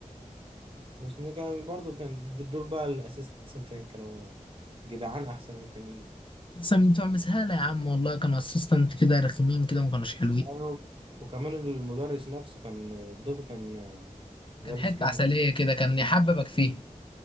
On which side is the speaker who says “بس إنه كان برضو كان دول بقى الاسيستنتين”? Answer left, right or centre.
Right